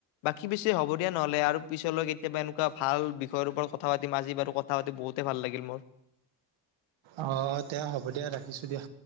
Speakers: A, on the left; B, on the right.
A: বাকী বেছি হ'ব দিয়া নহলে আৰু পিছলৈ কে কেতিয়াবা এনেকুৱা ভাল বিষয়ৰ ওপৰত কথা পাতিম। আজি বাৰু কথা পাতি বহুতে ভাল লাগিল মোৰ।
B: অ', দে হ'ব দিয়া। ৰাখিছো দিয়া।